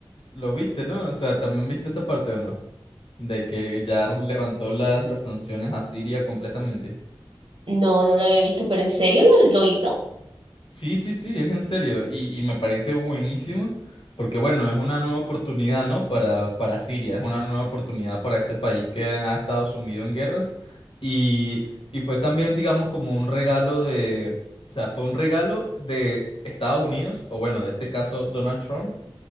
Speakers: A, on the left (about 70°); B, on the right (about 70°).
A: Lo viste, ¿no? O sea, ¿también viste esa parte o no? De que ya levantó las, las sanciones a Siria completamente.
B: No, no lo había visto, pero ¿en serio lo, lo hizo?
A: Sí, sí, sí, es en serio. Y, y me parece buenísimo porque, bueno, es una nueva oportunidad, ¿no? Para, para Siria, es una nueva oportunidad para ese país que ha estado sumido en guerras. Y, y fue también, digamos, como un regalo de, o sea, fue un regalo de Estados Unidos, o bueno, de este caso Donald Trump,